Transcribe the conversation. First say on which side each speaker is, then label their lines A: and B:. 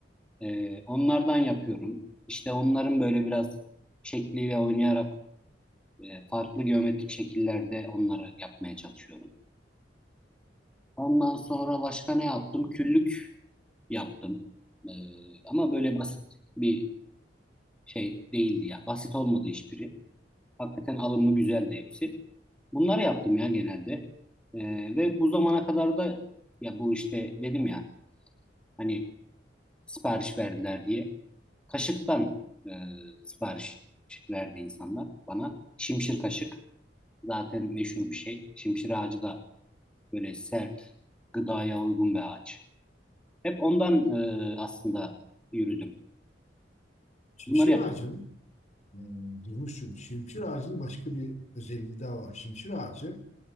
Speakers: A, in the centre; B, on the left.
A: Ee, onlardan yapıyorum. İşte onların böyle biraz şekliyle oynayarak E, farklı geometrik şekillerde onları yapmaya çalışıyorum. Ondan sonra başka ne yaptım? Küllük yaptım. E, ama böyle basit bir şey değildi ya. Basit olmadı hiçbiri. Hakikaten alımlı güzeldi hepsi. Bunları yaptım ya genelde. E, ve bu zamana kadar da ya bu işte dedim ya hani sipariş verdiler diye. Kaşıktan e, sipariş verdi insanlar bana. Şimşir kaşık zaten meşhur bir şey. Şimşir ağacı da Böyle sert, gıdaya uygun bir ağaç. Hep ondan e, aslında yürüdüm.
B: Şimşir
A: Bunları yapıyorum.
B: ağacının e, durmuş çünkü. Şimşir ağacının başka bir özelliği daha var. Şimşir ağacı